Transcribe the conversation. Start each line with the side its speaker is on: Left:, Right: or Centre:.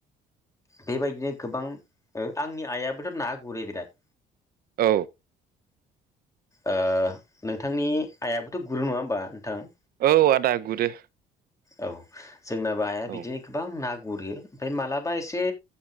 Left: बेबायदिनो गोबां ओ आंनि आइयाबोथ ना गुरो बिराद।
Right: औ
Left: ओ नोंथांनि आइयाबोथ गुरो नङा होमबा नोंथां?
Right: औ आदा गुरो।
Left: औ जोंनाबो आइाबिदिनो
Right: औ
Left: गोबां ना गुरो। ओमफाय मालाबा एसे